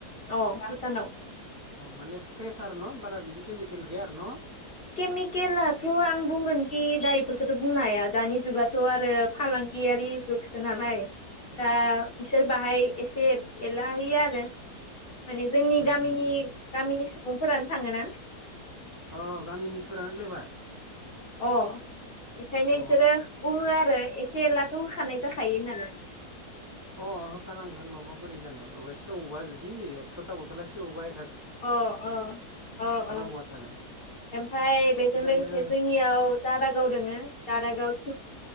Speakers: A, on the left; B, on the right.
A: अ भुटानाव।
B: अ माने फ्रेसार न बारा बिदि केमकेल। खेल गैया आरो न।
A: केमिकेलाथ आं बुंगोनखि दा इफोरफोरखौथ बुंनो हाया दानि जुगाथ आरो फालांगियारि जुगसो नालाय।
B: उम
A: दा इसोर बाहाय। एसे एला होया आरो। माने जोंनि
B: उम
A: गामिनि
B: उम
A: गामिनि सुबुं। फोरानो थाङोना।
B: अ गामिनिफोरानो लेबार।
A: अ। बेखायनो
B: अ
A: बिसोरो बुङो आरो एसे। एसे एलाथ होखानाय जाखायो होननानै।
B: अ होखानांगोन नङाबा बोरै जानो नङाबा सेवबा जुदि एकसथा बथला सेवोबा।
A: अ अ अ अ अ
B: बहा थागोन
A: ओमफाय बेजों
B: थिगानो
A: लोगोसे जोंनियाव दारागाव दोङो। दारागाव सिफ